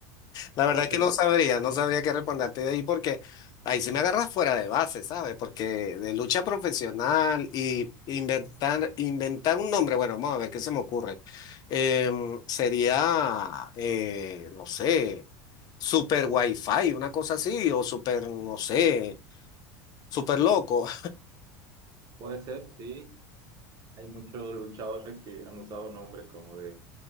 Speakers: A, on the left; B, on the right.
A: La
B: ¿Cómo
A: verdad es que
B: sería?
A: no sabría, no sabría qué responderte de ahí porque ahí sí me agarras fuera de base, ¿sabes? Porque de lucha profesional y inventar, inventar un nombre, bueno, vamos a ver qué se me ocurre. Em, sería, eh, no sé, Super Wi-Fi, una cosa así, o Super, no sé, Super Loco.
B: Puede ser, sí. Hay muchos luchadores que han usado nombres como de